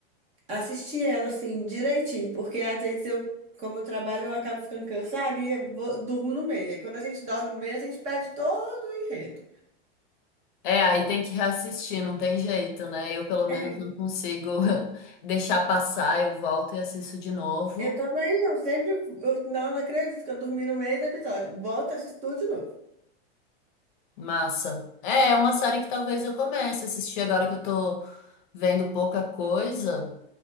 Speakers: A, on the right; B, on the left.
A: assistir ela assim direitinho, porque às vezes eu, como eu trabalho, eu acabo ficando cansada e eu vou- durmo no meio. E quando a gente dorme no meio, a gente perde todo o enredo.
B: É, aí tem que reassistir, não tem jeito, né? Eu pelo menos
A: É,
B: não consigo <laughs> deixar passar, eu volto e assisto de novo.
A: eu também, eu sempre, eu não, não acredito que eu dormi no meio do episódio. Volto a assistir tudo de novo.
B: Massa. É, é uma série que talvez eu comece a assistir agora que eu tô vendo pouca coisa.